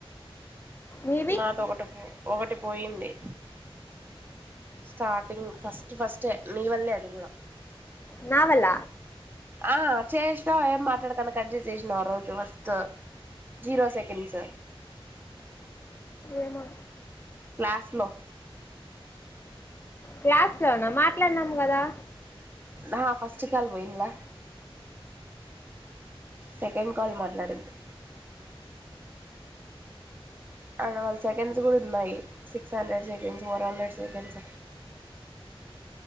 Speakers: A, on the left (about 25°); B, on the right (about 20°).
A: నీవి
B: నాది ఒకటి పో ఒకటి పోయింది. స్టార్టింగ్ ఫస్ట్ ఫస్టే నీ వల్లే అది కూడా
A: నావల్ల?
B: ఆ చేసా ఏం మాట్లాడకండా కట్ చేసేసిన ఆ రోజు ఫస్ట్ జీరో సెకండ్స్
A: ఏమో
B: క్లాస్ లో
A: క్లాస్ లో నా మాట్లాన్నాం గదా
B: నా ఫస్ట్ కాల్ పోయిన్లా సెకండ్ కాల్ మాట్లాడింది అండ్ వాళ్ళ సెకండ్స్ కూడా ఉన్నాయి six hundred seconds four hundred seconds